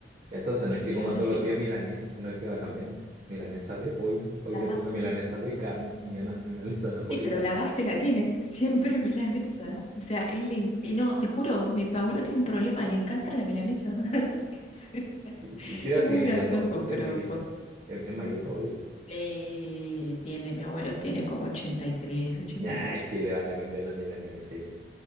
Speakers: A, on the right; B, on the left.
A: Y entonces no es
B: ¿Qué
A: que
B: me
A: coma
B: ibas
A: todos
B: a decir?
A: los días milanesa, sino que va cambiando. Milanesa de pollo, hoy
B: La
A: día
B: ba-
A: toca milanesa de carne, mañana milanesa napolitana.
B: Sí, pero la base la tiene, <laughs> siempre milanesa. O sea, él le... en- eh, No, te juro, mi abuelo tiene un problema, le encanta la milanesa. <laughs> Que se-
A: ¿Y y qué edad
B: Es
A: tiene
B: muy gracioso,
A: ya todo? ¿Es,
B: pero...
A: es vie-
B: posta.
A: es- es mayor todo ya?
B: Sí, tiene, mi abuelo tiene como ochenta ochenta y tres ochenta
A: Ya,
B: y
A: Nah,
B: cuatro
A: es que le van a cambiar la milanesa ya.